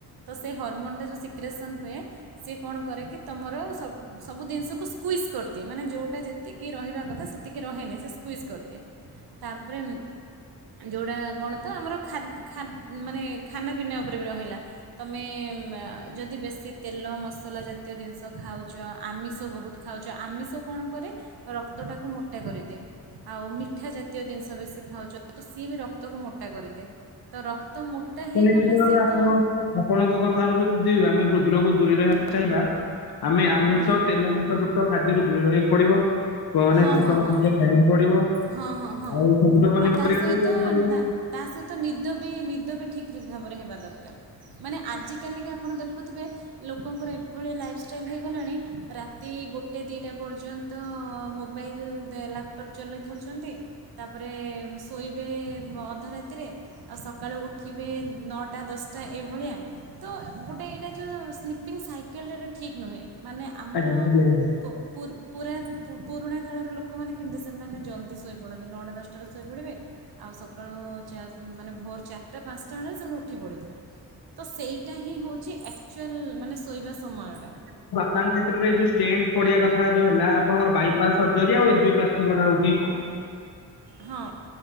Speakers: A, on the right; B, on the left.
A: ତ ସେ ହର୍ମୋନ୍ଟା ଯେଉଁ ସିକ୍ରେସନ୍ ହୁଏ। ସିଏ କଣ କରେ କି ତମର ସବ ସବୁ ଜିନିଷକୁ ସ୍କୁଇସ୍ କରିଦିଏ ମାନେ ଯେଉଁଟା ଯେତିକି ରହିବା କଥା ସେତିକି ରହେନି ସେ ସ୍କୁଇସ୍ କରିଦିଏ। ତାପରେ ଯେଉଁଟା କଣ ତ ଆମର ଖା ନା ମାନେ ଖାନାପିନା ଉପରେ ବି ରହିଲା। ତମେ ଯଦି ବେଶୀ ତେଲ ମସଲା ଜାତୀୟ ଜିନିଷ ଖାଉଛ ଆମିଷ ବହୁତ ଖାଉଛ ଆମିଷ କଣ କରେ ରକ୍ତଟାକୁ ମୋଟା କରିଦିଏ ଆଉ ମିଠ ମିଠା ଜାତୀୟ ଜିନିଷ ବେଶୀ ଖାଉଛ ତ ସିଏ ବି ରକ୍ତକୁ ମୋଟା କରିଦିଏ। ତ ରକ୍ତ ମୋଟା
B: ତ
A: ହେଇଗଲେ
B: ନିଶ୍ଚିତ ଭାବେ
A: ସେ
B: ଆପଣ
A: ତ
B: ଆପଣଙ୍କ କଥା ଅନୁଯାରେ ଯଦି ଆମେ ହୃଦୟକୁ ଦୂରେଇ ରହିବାକୁ ଚାହିବା। ଆମେ ଆମିଷ
A: ହଁ
B: ତେଲ ମସଲା ଯୁକ୍ତ ଖାଦ୍ୟରୁ ଦୂରେ ରହିବାକୁ ପଡିବ ପୁ ମାନେ
A: ହଁ
B: ସୁଷମ
A: ହଁ ହଁ
B: ଖାଦ୍ୟ ଖାଇବାକୁ ପଡିବ।
A: ହଁ ହଁ ହଁ
B: ଆଉ ସବୁଜ ପନିପରିବା
A: ଆଉ ତା ସହିତ
B: ବି ଖାଇବାକୁ ପଡିବ
A: ତା ତା ସହିତ ନିଦ ବି ନିଦ ବି ଠିକ୍ ଭାବରେ ହେବା ଦରକାର। ମାନେ ଆଜିକାଲିକା ଆପଣ ଦେଖୁଥିବେ? ଲୋକଙ୍କର ଏଭଳି ଲାଇଫଷ୍ଟାଇଲ ହେଇଗଲାଣି ରାତି ଗୋଟେ ଦିଟା ପର୍ଯ୍ୟନ୍ତ ତ ମୋବାଇଲ ଲ୍ୟାପଟପ୍। ଚଲେଇଥାଉଛନ୍ତି ତାପରେ ଶୋଇବେ ଅଧ ରାତିରେ। ଆଉ ସକାଳୁ ଉଠିବେ ନଅଟା ଦଶଟା ଏଇଭଳିଆ। ତ ଗୋଟେ ଏଇଟା ଯେଉଁ ସ୍ଲିପିଙ୍ଗ ସାଇକେଲଟା ଠିକ୍ ନୁହେଁ ମାନେ ଆମର
B: ଆଜ୍ଞା ଆଜ୍ଞା ଆଜ୍ଞା
A: ପୁ ପୁ ପୁ ପୁରୁଣା କାଳର ଲୋକମାନେ କେମିତି ସେମାନେ ଜଲ୍ଦି ଶୋଇପଡ଼ନ୍ତି ନଅଟେ ଦଶଟାରେ ଶୋଇପଡ଼ିବେ ଆଉ ସକାଳୁ ଚା ମାନେ ଭୋର ଚାରିଟା ପାଞ୍ଚଟା ବେଳେ ସେମାନେ ଉଠି ପଡ଼ିଥିବେ। ତ ସେଇଟା ହିଁ ହେଉଛି ଆକ୍ଚୁଆଲ୍ ମାନେ ଶୋଇବା ସମୟଟା।
B: ତାଙ୍କ କ୍ଷେତ୍ରରେ ଯୋଉ ଷ୍ଟଣ୍ଡ ପଡିିବା କଥା ଯୋଉ ହେଲା ଆପଣଙ୍କର ବାଇପା ସର୍ଜରି ଆଉ ଏଜି୍ ଯଉଟା ହଉଛି।
A: ହଁ